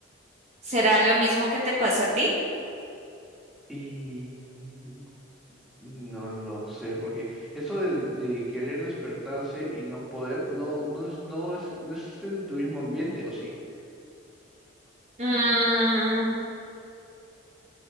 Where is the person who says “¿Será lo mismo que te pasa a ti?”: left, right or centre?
Right